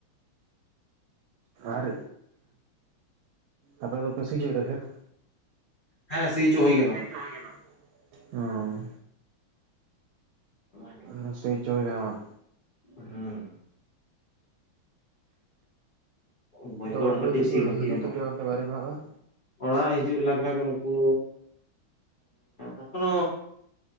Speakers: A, on the right (about 80°); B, on the left (about 50°).
A: ᱟᱨ ᱟᱯᱮ ᱫᱚ ᱯᱮ ᱥᱤ ᱦᱚᱪ ᱮᱫᱟ ᱠᱷᱮᱛ᱾
B: ᱦᱮᱸ ᱥᱤ ᱦᱚᱪᱚ ᱦᱩᱭ ᱟᱠᱟᱱᱟ᱾
A: <unintelligible> ᱚᱸᱻ
B: ᱚᱱᱟ ᱜᱮ
A: ᱦᱳᱭ ᱥᱤ ᱦᱚᱪᱚ ᱮᱫᱟ ᱵᱟᱝ?
B: ᱦᱮᱸ᱾ ᱦᱩᱸ ᱵᱟᱹᱭᱦᱟᱹᱲ
A: ᱟᱫᱚ ᱚᱲᱟᱜ ᱦᱚᱲ
B: ᱠᱟᱹᱴᱤᱡ
A: ᱫᱚ ᱛᱤᱥ
B: ᱥᱤ
A: ᱠᱚ
B: ᱵᱟᱹᱠᱤ
A: ᱦᱤᱡᱩᱜ
B: ᱢᱮᱱᱟᱜᱼᱟ
A: ᱛᱟᱯᱮᱭᱟ? ᱚᱱᱛᱮ ᱵᱟᱭᱨᱮ ᱠᱷᱚᱱᱟᱜ ᱫᱚ᱾
B: ᱚᱲᱟᱜ ᱦᱤᱡᱩᱜ ᱞᱟᱜ ᱩᱱᱠᱩ ᱮᱠᱷᱚᱱ